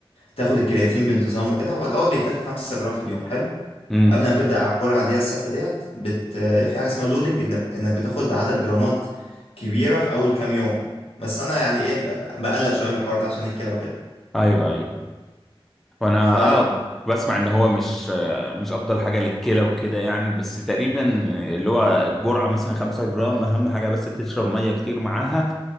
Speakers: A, on the left; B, in the centre.
A: تاخد الكرياتين بانتظام وكده هو الاول بيتاخد 5 جرام في اليوم حلو
B: امم
A: قبل ما بتبدا على الجرعه اللي هي الثابته ديت بت آه، في حاجه اسمها اللودنج انت انك بتاخد عدد جرامات كبيره في اول كام يوم بس انا يعني ايه ب- بقلق شويه من الحوار ده عشان الكلى وكده
B: ايوه ايوه وانا
A: ف
B: اه بسمع ان هو مش آه، مش افضل حاجه للكلى وكده يعني بس تقريبا اللي هو جرعه مثلا خمسة جرام اهم حاجه بس تشرب ميه كتير معاها